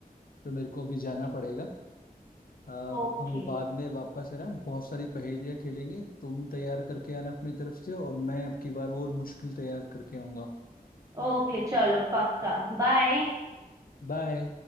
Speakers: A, on the left; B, on the right.
A: तो मेरे को अभी जाना पड़ेगा आ,
B: ओके
A: हम बाद में वापस है ना बहुत सारी पहेलियां खेलेंगे तुम तैयार करके आना अपनी तरफ से और मैं अब की बार और मुश्किल तैयार करके आऊंगा
B: ओके चलो पक्का बाय
A: बाय